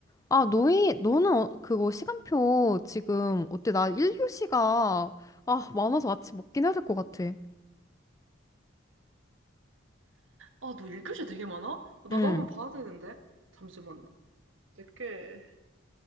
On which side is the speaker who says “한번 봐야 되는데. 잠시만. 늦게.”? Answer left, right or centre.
Right